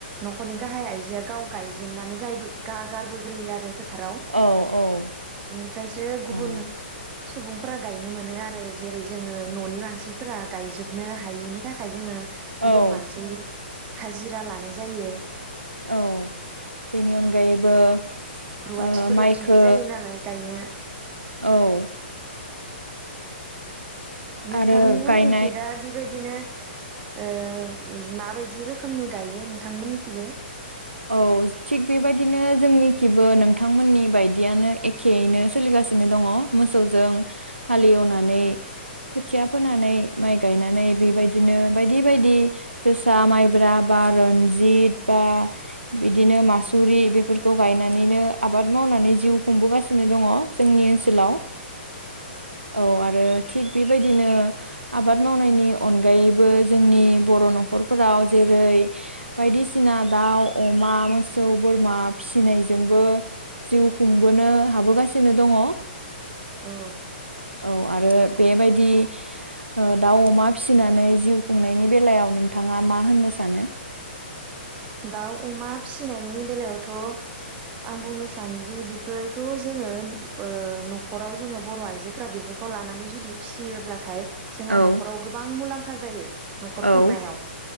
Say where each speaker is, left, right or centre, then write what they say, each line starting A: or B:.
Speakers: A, on the right (about 25°); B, on the right (about 85°).
A: न'खरनि गाहाय आइजोया गाव गायजेननानै गायबो गारबोग्रोयो आरो फोथाराव
B: औ
A: इनिफ्रायसो गुबुन
B: औ
A: सुबुंफोरा गायनो मोनो आरो जेरै जोङो न'नि मानसिफोरा गायजोबनो हायिनि थाखाय जोङो
B: औ
A: गुबुन मानसि हाजिरा लानाय जायो।
B: औ बेनि अनगायैबो
A: रुवाथिफोर
B: ओ माइखो
A: लाखिनाय जायो नालाय गायनो
B: औ
A: नोंथांमोननिखि
B: आरो गायनाय
A: दा बेबायदि बिदिनो ओ माबायदि रोखोमनि गायो नोंथांमोननिखैबो
B: औ थिग बेबायदिनो जोंनिखैबो नोंथांमोननि बायदियानो एखेयैनो सोलिगासिनो दङ मोसौजों हालेवनानै खोथिया फोनानै, माइ गायनानै बेबायदिनो बायदि बायदि जोसा माइब्रा बा रन्जित बा बिदिनो मासुरि बेफोरखौ गायनानैनो आबाद मावनानै जिउ खुंबोगासिनो दङ जोंनि ओनसोलाव औ आरो थिग बेबायदिनो आबाद मावनायनि अनगायैबो जोंनि बर' न'खरफोराव जेरै बायदिसिना दाउ अमा, मोसौ, बोरमा फिसिनायजोंबो जिउ खुंबोनो हाबोगासिनो दङ।
A: औ।
B: औ आरो बेबायदि ओ दाउ अमा फिसिनानै जिउ खुंनायनि बेलायाव नोंथाङा मा होननो सानो?
A: दाउ अमा फिसिनायनि बेलायावथ' आं बुंनो सानो जि बे फोरखौ जोङो ओ न'खराव जोङो बर' आइजोफोरा बेफोरखौ लानानै जुदि फिसियोब्लाथाय जोंहा
B: औ
A: नख'राव गोबां मुलाम फा जायो न'खर खुंनायाव
B: औ